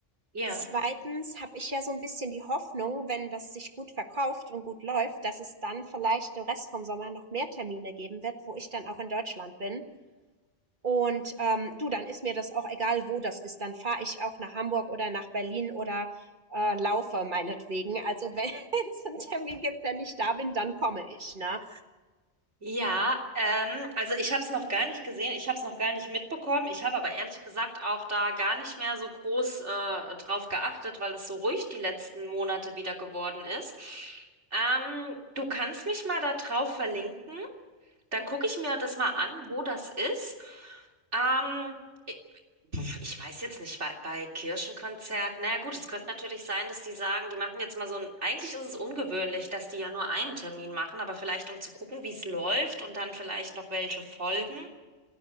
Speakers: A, on the right; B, on the right.
A: Ja.
B: Zweitens habe ich ja so ein bisschen die Hoffnung, wenn das sich gut verkauft und gut läuft, dass es dann vielleicht den Rest vom Sommer noch mehr Termine geben wird, wo ich dann auch in Deutschland bin. Und, ähm, du, dann ist mir das auch egal, wo das ist. Dann fahre ich auch nach Hamburg oder nach Berlin oder, äh, laufe meinetwegen. Also, <laughs> wenn es 'n Termin gibt, wenn ich da bin, dann komme ich, ne?
A: Ja, ähm, also ich habe es noch gar nicht gesehen, ich habe es noch gar nicht mitbekommen. Ich habe aber ehrlich gesagt auch da gar nicht mehr so groß äh, drauf geachtet, weil das so ruhig die letzten Monate wieder geworden ist. Ähm, du kannst mich mal da drauf verlinken. Dann gucke ich mir das mal an, wo das ist. Ähm, ich, pf, ich weiß jetzt nicht, bei, bei Kirchenkonzert, naja gut, es könnte natürlich sein, dass die sagen, die machen jetzt mal so ein, eigentlich ist es ungewöhnlich, dass die ja nur einen Termin machen, aber vielleicht um zu gucken, wie es läuft und dann vielleicht noch welche folgen.